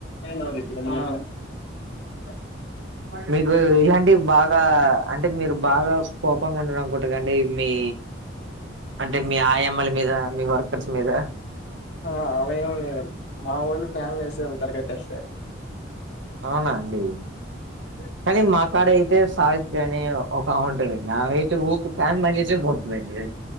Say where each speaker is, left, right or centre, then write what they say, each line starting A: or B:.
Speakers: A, on the left (about 70°); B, on the right (about 80°).
A: ఏ నాదగ్గర యేన అ
B: మీకు ఇలాంటివి బాగా అంటే మీరు బాగా కోపంగా ఉంటారు అనుకుంట గదండీ మీ అంటే మీ ఆయమ్మల లేదా మీద మీ వర్కర్స్ మీద
A: ఆళ్ళా ఏం లేదండి మావోల్లు ఫ్యాన్లు ఎసి వెళ్తారు కట్టేస్తే
B: అవునా అండి
A: దేన్
B: కానీ మాకాడ అయితే సావిత్రి అని ఒక ఆమె ఉంటది. ఆమె అయితే ఊకె ఫ్యాన్ బంజేసి పోతది.